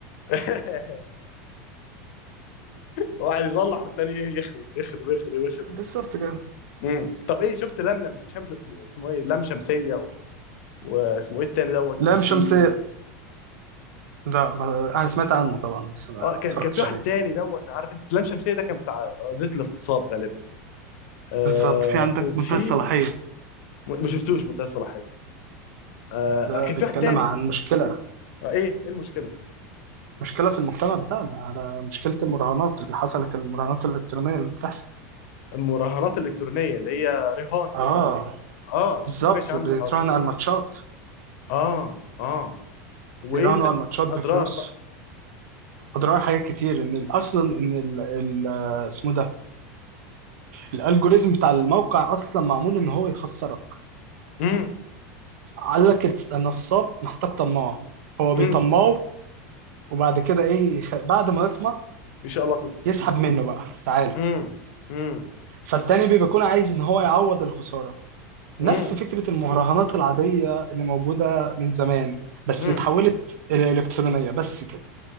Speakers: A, on the left; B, on the right.
A: <laughs> واحد يصلح والتاني ايه يخرب يخرب يخرب يخرب
B: بالظبط كده
A: امم طب ايه شفت لملم شمس اسمه ايه لم شمسيه و... واسمه ايه التاني دوت
B: لام
A: كان
B: شمسية
A: في
B: ده ما- انا سمعت عنه طبعا بس ما
A: اه كان
B: اتفرجتش
A: كان في واحد
B: عليه
A: تاني دوت عارف انت لم شمسيه ده كان بتاع قضيه الاغتصاب غالبا آه
B: بالظبط في عندك
A: وفي
B: منتهى الصلاحية
A: م- ما شفتوش منتهى الصلاحيه آه
B: ده
A: انا كان
B: بيتكلم
A: في واحد تاني
B: عن مشكلة
A: آه ايه ايه المشكله
B: مشكلة في المجتمع بتاعنا على مشكلة المراهنات اللي حصلت المراهنات الإلكترونية اللي بتحصل
A: المراهنات الالكترونيه اللي هي رهان
B: اه
A: اه انا
B: بالظبط
A: ما سمعتش عنه
B: بيتراهنوا
A: النهارده ده
B: على الماتشات
A: اه اه وايه
B: بيراهنوا
A: الأس...
B: على الماتشات
A: الاضرار
B: بفلوس
A: بقى
B: أضرار حاجات كتير إن أصلا إن ال- ال- اسمه ده الالجوريزم بتاع الموقع اصلا معمول ان هو يخسرك
A: امم
B: قال لك الس- النصاب محتاج طماع هو
A: امم
B: بيطمعه وبعد كده ايه يخ... بعد ما يطمع
A: ان شاء الله تو
B: يسحب منه بقى تعالى
A: امم امم
B: فالتاني بيبقى بيكون عايز ان هو يعوض الخسارة
A: امم
B: نفس فكرة المهرجانات العادية اللي موجودة من زمان بس
A: امم
B: اتحولت الى الكترونية بس كده